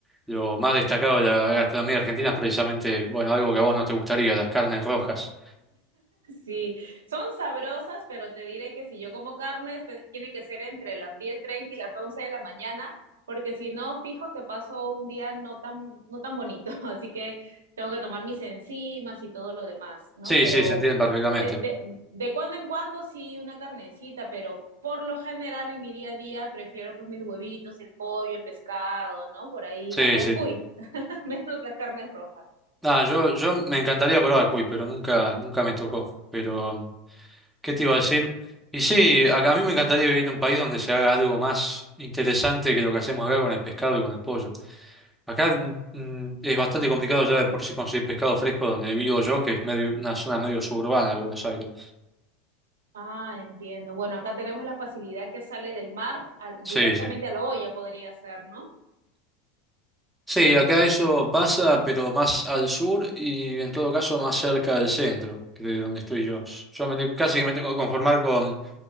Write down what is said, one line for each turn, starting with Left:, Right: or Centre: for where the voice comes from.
Centre: lo más destacado de la gastronomía argentina es precisamente, bueno, algo que a vos no te gustaría, las carnes rojas.
Right: Sí, son sabrosas, pero te diré que si yo como carne, este tiene que ser entre las diez treinta y las 11 de la mañana, porque si no, fijo que paso un día no tan, no tan bonito, <laughs> así que tengo que tomar mis enzimas y todo lo demás, ¿no?
Centre: Sí,
Right: Pero
Centre: sí, se entienden perfectamente.
Right: de, de, de cuando en cuando sí una carnecita, pero por lo general en mi día a día prefiero pues mis huevitos, el pollo, el pescado, ¿no? Por ahí,
Centre: Sí,
Right: hasta
Centre: sí.
Right: el cuy, <laughs> menos las carnes rojas.
Centre: Ah, yo, yo me encantaría probar cuy, pero nunca, nunca me tocó. Pero, mm, ¿qué te iba a decir? Y sí, a, a mí me encantaría vivir en un país donde se haga algo más interesante que lo que hacemos acá con el pescado y con el pollo. Acá mm, mm, es bastante complicado ya de por sí conseguir pescado fresco donde vivo yo, que es medio, una zona medio suburbana de Buenos Aires.
Right: Ah, entiendo. Bueno, acá tenemos la facilidad que sale del mar al-
Centre: Sí,
Right: directamente
Centre: sí.
Right: a la olla, podría ser, ¿no?
Centre: Sí, acá eso pasa, pero más al sur y en todo caso más cerca del centro, que de donde estoy yo. Yo me, casi que me tengo que conformar con